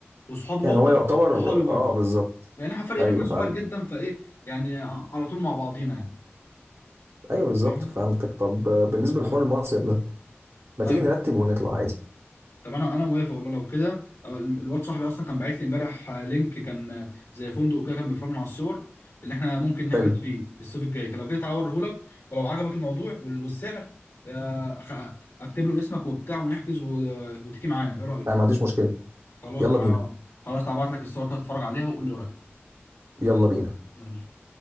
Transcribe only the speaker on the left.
وصحابه
هو
صحابي برضه
يعني احنا فرق
بيننا صغير
جدا فايه يعني ع- على طول مع بعضينا يعني
فاهمني؟
ايوه
طب انا انا موافق والله لو كده أو ال- الواد صاحبي اصلا كان باعت لي امبارح آه، لينك كان آه، زي فندق كده كان بيفرجنا على الصور اللي احنا ممكن نحجز
فيه الصيف الجاي فلو كده تعالى اوريهولك ولو عجبك الموضوع وال- والسعر آه، خ- اكتب له اسمك وبتاع ونحجز و- وتيجي معانا ايه رايك
خلاص
تعالى
خلاص تعالى ابعت لك الصور كده تتفرج عليها وقول لي رايك
يلا